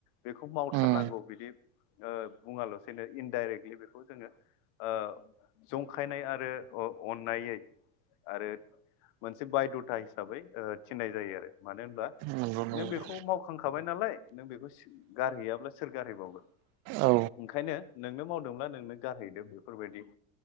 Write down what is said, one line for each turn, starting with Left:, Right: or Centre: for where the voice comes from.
Left: बेखौ मावथारनांगौ
Right: उम
Left: बिदि ओ बुङाल'सैनो इनडाइरेक्टलि बेखौ जोङो ओ जंखायनाय आरो अ अननायै आरो मोनसे बायद' था हिसाबै थिननाय जायो आरो मानो होनबा
Right: नंगौ नंगौ
Left: नों बेखौ मावखांखाबाय नालाय नों बेखौ सि गारहैयाब्ला सोर गारहैबावगोन
Right: औ
Left: ओंखायनो नोंनो मावदोंब्ला नोंनो गारहैदों बेफोरबायदि